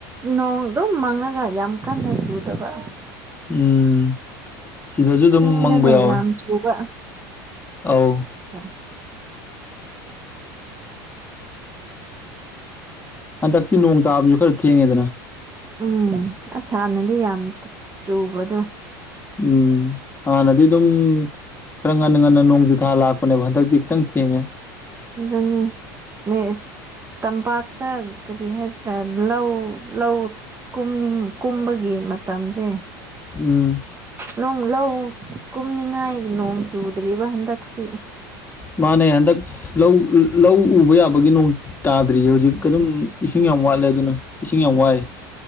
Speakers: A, on the right; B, on the left.
A: ꯅꯣꯡ ꯑꯗꯨꯝ ꯃꯥꯡꯂꯒ ꯌꯥꯝ ꯀꯟꯅ ꯆꯨꯗꯕ
B: ꯎꯝ ꯁꯤꯗꯁꯨ ꯑꯗꯨꯝ
A: ꯆꯤꯡꯗꯅ
B: ꯃꯪꯕ ꯌꯥꯎꯋꯦ
A: <unintelligible>
B: ꯑꯧ
A: <unintelligible>
B: ꯍꯟꯗꯛꯇꯤ ꯅꯣꯡ ꯇꯥꯕꯁꯨ ꯈꯔ ꯊꯦꯡꯉꯦꯗꯅ
A: ꯎꯝ ꯑꯁꯥꯝꯅꯗꯤ ꯌꯥꯝ ꯆꯨꯕꯗꯣ
B: ꯎꯝ ꯍꯥꯟꯅꯗꯤ ꯑꯗꯨꯝ ꯈꯔ ꯉꯟꯅ ꯉꯟꯅ ꯅꯣꯡꯖꯨꯊꯥ ꯂꯥꯛꯄꯅꯦꯕ ꯍꯟꯗꯛꯇꯤ ꯈꯤꯇꯪ ꯊꯦꯡꯉꯦ
A: ꯑꯗꯨꯅꯦ ꯅꯣꯏ ꯑꯁꯤ ꯇꯝꯄꯥꯛꯇ ꯀꯔꯤ ꯍꯥꯏꯁꯤꯔꯥ ꯂꯧ ꯂꯧ ꯀꯨꯝꯅꯤꯡ ꯀꯨꯝꯕꯒꯤ ꯃꯇꯝꯁꯦ
B: ꯎꯝ
A: ꯂꯣꯡ ꯂꯧ ꯀꯨꯝꯅꯤꯡꯉꯥꯏ ꯅꯣꯡ ꯆꯨꯗ꯭ꯔꯤꯕ ꯍꯟꯗꯛꯁꯤ
B: ꯃꯥꯅꯦ ꯍꯟꯗꯛ ꯂꯧ ꯂꯧ ꯎꯕ ꯌꯥꯕꯒꯤ ꯅꯣꯡ ꯇꯥꯗ꯭ꯔꯤꯌꯦ ꯍꯧꯖꯤꯛ ꯑꯗꯨꯝ ꯏꯁꯤꯡ ꯌꯥꯝ ꯋꯥꯠꯂꯦ ꯑꯗꯨꯅ ꯏꯁꯤꯡ ꯌꯥꯝ ꯋꯥꯏ